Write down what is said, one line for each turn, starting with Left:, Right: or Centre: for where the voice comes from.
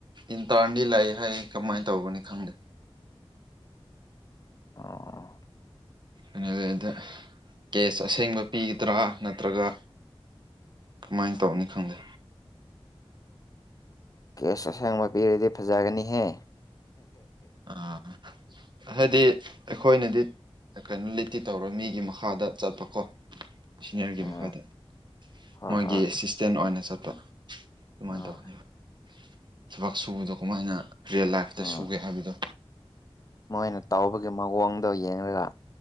Right: ꯏꯟꯇꯥꯔꯟꯗꯤ ꯂꯩ ꯍꯥꯏ ꯀꯃꯥꯏꯅ ꯇꯧꯕꯅꯤ ꯈꯪꯗꯦ
Left: <unintelligible> ꯑꯣ
Right: ꯑꯗꯨꯗ ꯀꯦꯁ ꯑꯁꯦꯡꯕ ꯄꯤꯒꯗ꯭ꯔꯥ ꯅꯠꯇ꯭ꯔꯒ ꯀꯃꯥꯏꯅ ꯇꯧꯅꯤ ꯈꯪꯗꯦ
Left: ꯀꯦꯁ ꯑꯁꯦꯡꯕ ꯄꯤꯔꯗꯤ ꯐꯖꯒꯅꯤꯍꯦ
Right: ꯑꯥ ꯍꯥꯏꯗꯤ ꯑꯩꯈꯣꯏꯅꯗꯤ ꯀꯩꯅꯣ ꯂꯤꯇꯤ ꯇꯧꯔ ꯃꯤꯒꯤ ꯃꯈꯥꯗ ꯆꯠꯄꯀꯣ ꯁꯤꯅꯤꯌꯥꯔꯒꯤ
Left: ꯎꯝ
Right: ꯃꯈꯥꯗ
Left: ꯍꯣꯏ
Right: ꯃꯣꯏꯒꯤ
Left: ꯍꯣꯏ
Right: ꯑꯦꯁꯤꯁꯇꯦꯟ ꯑꯣꯏꯅ ꯆꯠꯄ ꯑꯗꯨꯃꯥꯏꯅ
Left: ꯎꯝ
Right: ꯇꯧꯒꯅꯦꯕ ꯊꯕꯛ ꯁꯨꯕꯗꯣ ꯀꯃꯥꯏꯅ ꯔꯤꯌꯦꯜ ꯂꯥꯏꯐꯇ
Left: ꯎꯝ
Right: ꯁꯨꯒꯦ ꯍꯥꯏꯕꯗꯣ
Left: ꯃꯣꯏꯅ ꯇꯥꯎꯕꯒꯤ ꯃꯑꯣꯡꯗꯣ ꯌꯦꯡꯉꯒ